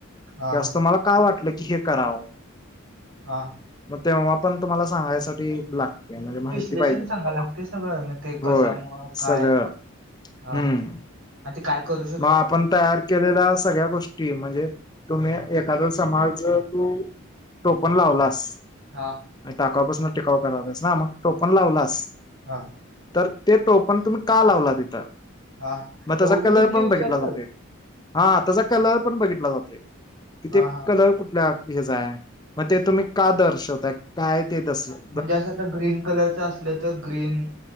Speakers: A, on the right (about 70°); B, on the left (about 20°).
A: हा
B: की असं तुम्हाला का वाटलं की हे करावं?
A: हा
B: मग तेव्हा पण तुम्हाला सांगायसाठी लागत्या म्हणजे माहिती
A: स्पेशल
B: पाहिजे तुम्हाला
A: सांगायला लागतय सगळं मग ते कशामुळे?
B: होय
A: काय?
B: सगळं
A: हा
B: हम्म
A: हा आता काय करू शकतो?
B: मग आपण तयार केलेल्या सगळ्या गोष्टी म्हणजे तुम्ही एखादं समाज तू टोपन लावलास
A: हा
B: टाकापासून टिकाऊ करायचं, मग टोपण लावलास
A: हा
B: तर ते टोपण तुम्ही का लावला तिथं?
A: हा -हा
B: मग त्याचा
A: एवढं
B: कलर
A: डीपली
B: पण
A: विचारतात?
B: बघितला जातोय हा त्याचा कलर पण बघितला जातोय, तिथे
A: हा हा
B: कलर कुठल्या? हेचा आहे मग, ते तुम्ही का दर्शवताय काय ते दर्शवते?
A: म्हणजे असं तर ग्रीन कलरचं असले, तर तर ग्रीन